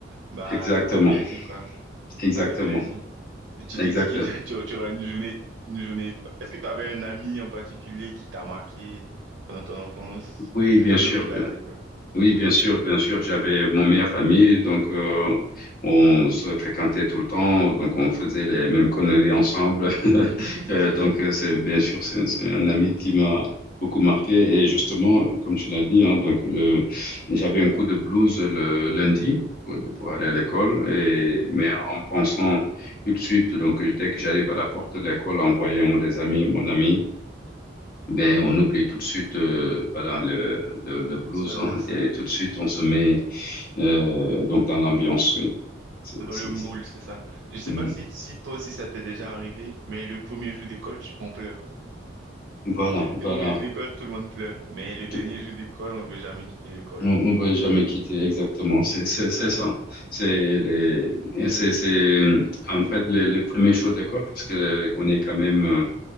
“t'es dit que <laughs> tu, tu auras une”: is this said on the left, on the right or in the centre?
Right